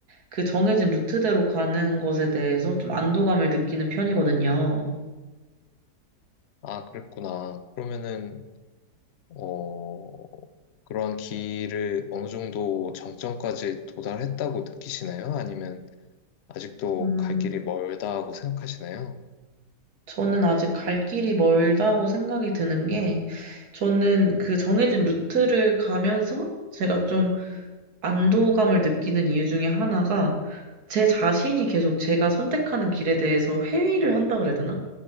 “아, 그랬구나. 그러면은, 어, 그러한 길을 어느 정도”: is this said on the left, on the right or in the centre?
Left